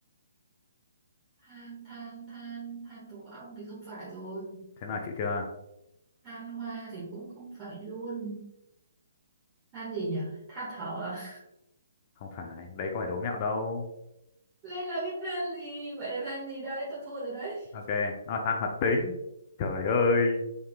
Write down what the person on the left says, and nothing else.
thế nào chịu chưa
không phải đây có phải đố mẹo đâu
ok nó là than hoạt tính trời ơi